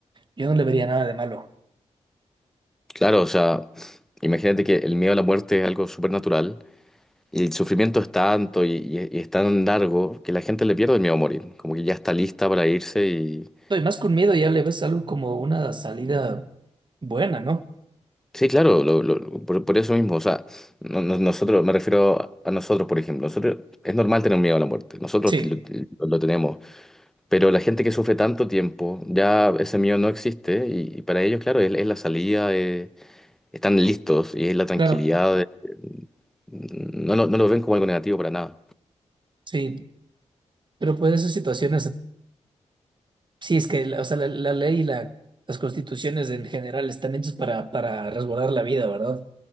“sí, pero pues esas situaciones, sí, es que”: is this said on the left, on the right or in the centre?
Right